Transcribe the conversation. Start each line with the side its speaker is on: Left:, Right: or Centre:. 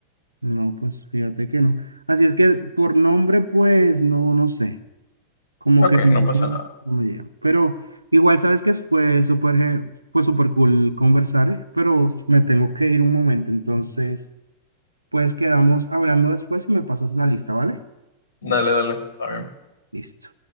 Right: No, pues fíjate que no. Así es que por nombre, pues no, no sé. Como
Left: Ok,
Right: que no,
Left: no pasa nada.
Right: no me llega. Pero igual, sabes que fue súper, ge- fue súper cool conversar, eh, pero me tengo que ir un momento. Entonces, pues quedamos hablando después y me pasas la lista, ¿vale?
Left: Dale, dale. Está bien.
Right: Listo.